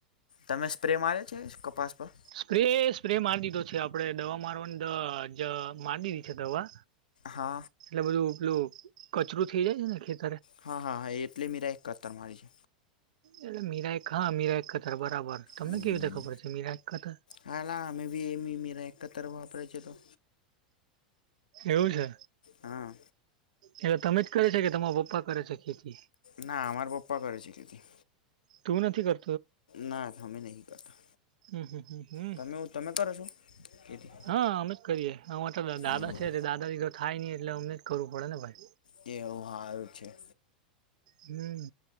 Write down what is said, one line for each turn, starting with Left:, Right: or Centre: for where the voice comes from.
Left: તમે સ્પ્રે માર્યો છે કપાસ પર
Right: સ્પ્રે-સ્પ્રે માર દીધો છે આપણે દવા મારવાની દવા જ મારી દીધી છે દવા.
Left: હા
Right: એટલે બધું પેલું કચરું થઇ જાય છે ને ખેત
Left: હા, હા, હા, એટલે મીરા એ કત્તર મારી.
Right: એટલે મીરાય હા મીરાય ખતર બરા બર. તમને
Left: હમ
Right: કેવી રીતે ખબર છે મીરા એ કતર
Left: હાલા અમે બી <unintelligible> વાપરે છે તો.
Right: એવું છે.
Left: હા
Right: એટલે તમે જ કરે છે કે તમારા પપ્પા કરે છે ખેતી?
Left: ના અમાર પપ્પા કરે છે ખેતી.
Right: તું નથી કર
Left: ના, ના અમે નહીં. કરતા
Right: હમ્મ-હમ્મ-હમ્મ-હમ્મ!
Left: તમે તમે કરો છો ખેતી
Right: હા અમે જ કરીએ. અમાર તો દાદા
Left: એવું
Right: છે, તે દાદાજી તો થાય નહીં, એટલે અમને જ કરવું પડે ને ભાઈ.
Left: એવું, હારું છે.
Right: હમ્મ.